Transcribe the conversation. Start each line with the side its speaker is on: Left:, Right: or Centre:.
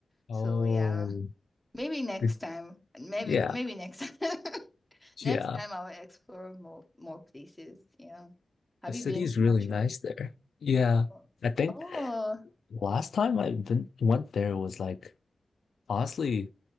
Left: Oh.
Centre: So yeah, maybe next
Left: Did-
Centre: time. Maybe
Left: yeah.
Centre: maybe next <laughs> time. Next
Left: Yeah.
Centre: time I will explore more more places. Yeah. Have
Left: The city's
Centre: you been to
Left: really
Centre: Montreal?
Left: nice there. Yeah.
Centre: Oh,
Left: I think
Centre: Oh,
Left: last time I been, went there was like Honestly,